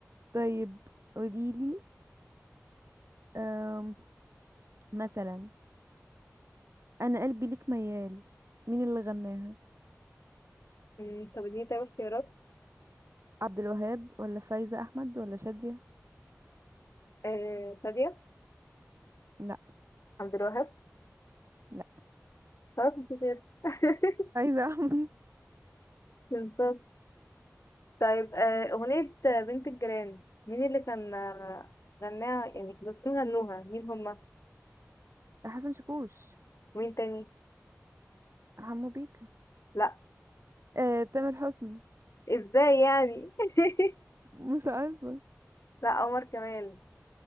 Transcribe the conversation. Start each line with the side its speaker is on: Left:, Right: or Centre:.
Right: طيب قوليلي آم، مثلا أنا قلبي ليك ميال مين اللي غناها
Left: مم، طب اديني طيب اختيارات
Right: عبد الوهاب ولا فايزة أحمد ولا شادية
Left: آه شادية
Right: لا
Left: عبد الوهاب
Right: لا
Left: خلاص مفيش غير <laughs>
Right: عايزة <laughs> أعمل
Left: بالظبط طيب آه، أغنية بنت الجيران مين اللي كان آه، غناها يعني كانوا الاتنين غنوها مين هما
Right: حسن شاكوش
Left: ومين تاني
Right: حمو بيكا
Left: لا
Right: آه، تامر حسني
Left: ازاي يعني <laughs>
Right: مش عارفة
Left: لا عمر كمال